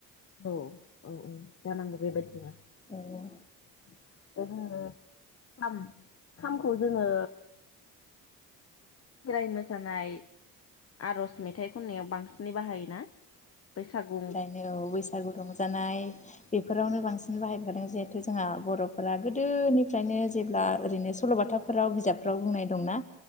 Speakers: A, on the left; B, on the left.
A: औव औव औव जानांगौ बेबायदिनो
B: औ औ
A: <unintelligible> जोङो खाम खामखौ जोङो खोराय मोसानाय आर'ज मेथाइ खननायाव बांसिनै बाहायो। ना बैसागु
B: नंगौ बैसागु रंजानाय बेफोरावनो बांसिन बाहायखादों जिहेथु जोंहा बर'फोरा गोदोनिफ्रायनो जेब्ला ओरैनो सल'बाथा फोराव बिजाबफोराव बुंनाय दंना।